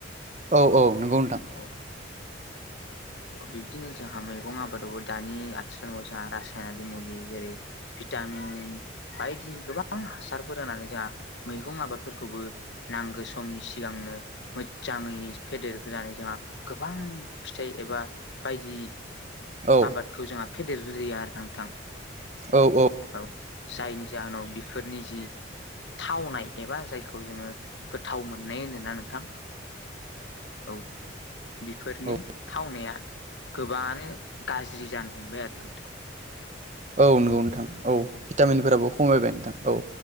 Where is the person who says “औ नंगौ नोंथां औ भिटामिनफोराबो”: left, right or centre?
Right